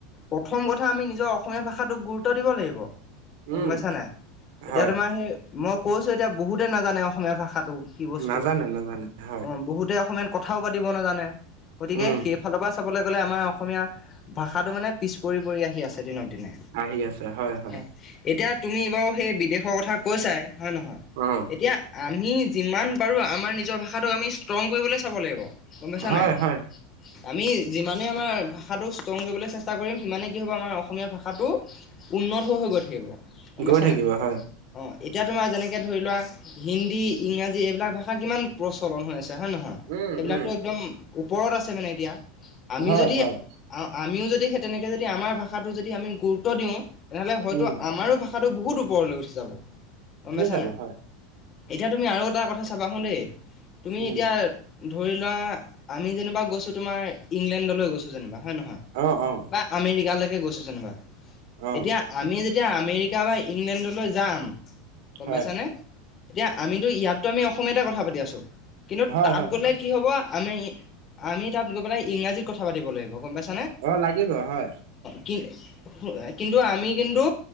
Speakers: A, on the left (about 30°); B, on the right (about 75°).
A: প্ৰথম কথা আমি নিজৰ অসমীয়া ভাষাটোক গুৰুত্ব দিব লাগিব। গম
B: উম,
A: পাইছা নাই। এতিয়া
B: হয়,
A: তোমাৰ সেই মই কৈছোঁ এতিয়া বহুতে নাজানে অসমীয়া ভাষাটো।
B: নাজানে,
A: চ,
B: নাজানে হয়,
A: অ', বহুতে অসমীয়াত কথাও পাতিব নাজানে, গতিকে
B: উম,
A: সেইফালৰ পৰা চাবলৈ গ'লে আমাৰ অসমীয়া ভাষাটো মানে পিছ পৰি পৰি আহি আছে দিনক দিনে।
B: আহি আছে হয়, হয়,
A: অ', এতিয়া তুমি বাৰু সেই বিদেশৰ কথা কৈছাই হয় নহয়।
B: অ',
A: এতিয়া আমি যিমান বাৰু আমাৰ নিজৰ ভাষাটোক আমি ষ্ট্ৰং কৰিবলৈ চাব লাগিব, গম পাইছা
B: হয়,
A: নাই?
B: হয়,
A: আমি যিমানে আমাৰ ভাষাটো ষ্ট্ৰং কৰিবলৈ চেষ্টা কৰিম সিমানেই কি হ'ব আমাৰ অসমীয়া ভাষাটো উন উন্নত হৈ হৈ গৈ থাকিব। গম
B: গৈ
A: পাইছা
B: থাকিব
A: নাই
B: হয়।
A: অঁ এতিয়া তোমাৰ যেনেকে ধৰি লোৱা হিন্দী, ইংৰাজী এইবিলাক ভাষা কিমান প্ৰচলন হৈ আছ তে হয় নে নহয়?
B: উম,
A: সেইবিলাকতো
B: উম,
A: একদম ওপৰত আছে মানে এতিয়া। আমি
B: হয়,
A: যদি
B: হয়,
A: আ, আমিও যদি সেই তেনেকে যদি আমাৰ ভাষাটো যদি আমি গুৰুত্ব দিওঁ। তেনেহ'লে হয়তো
B: উম,
A: আমাৰো ভাষাটো বহুত ওপৰলৈ উঠি যাব। গম
B: উঠি
A: পাইছা
B: যাব
A: নাই
B: হয়।
A: এতিয়া তুমি আৰু এটা কথা চাবা হোন দে, তুমি
B: উম,
A: এতিয়া ধৰি লোৱা আমি যেনিবা গৈছোঁ তোমাৰ ইংলেণ্ডলৈ গৈছোঁ যেনিবা। হয় নহয়
B: অ', অ',
A: বা আমেৰিকালেকে গৈছোঁ যেনিবা।
B: অ',
A: এতিয়া আমি য তিয়া আমেৰিকা বা ইংলেণ্ডলৈ যাম, গম
B: হয়,
A: পাইছানে? এতিয়া আমিতো ইয়াততো আমি অসমীয়াতে কথা পাতি আছোঁ, কিন্তু
B: হয়,
A: তাত
B: হয়,
A: গ'লে কি হ'ব আমি আমি তাত গৈ পেলাই ইংৰাজীত কথা পাতিব লাগিব গম পাইছ
B: অ', লাগিব হয়।
A: কিন সুয়ে, কিন্তু আমি কিন্তু